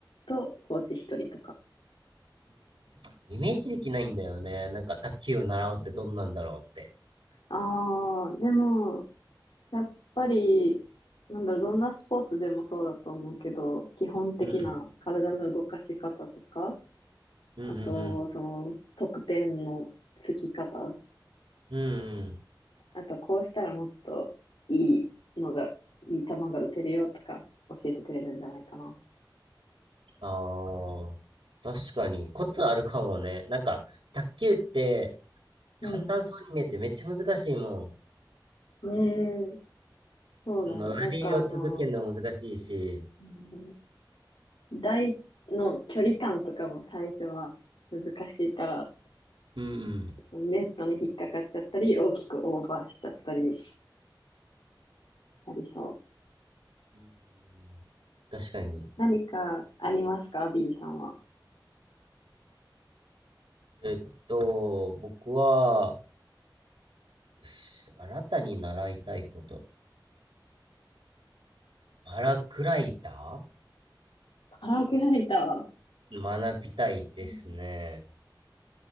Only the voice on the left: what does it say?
とコーチ1人とか。
ああ、でも、やっぱり、なんだろう、どんなスポーツでもそうだと思うけど、基本的な体の動かし方とか、
あと、その、得点のつき方
あとこうしたらもっといいのが、いい球が打てるよとか教えてくれるんじゃないかな。
うん。
うーん。そうだよね。
なんかあの、うん、台の距離感とかも最初は難しいから、
そのネットに引っかかっちゃったり、大きくオーバーしちゃったりありそう。
何かありますか ?B さんは。
パラグライダー。
うん